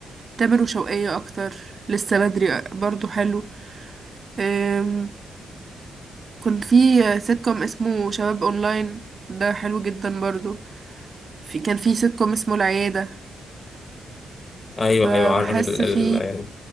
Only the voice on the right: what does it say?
تامر وشوقية أكتر لسه بدري برضو حلو أم، كنت في سيت كوم اسمه شباب أونلاين ده حلو جدا برضو في كان في سيت كوم اسمه العيادة
فبحس
في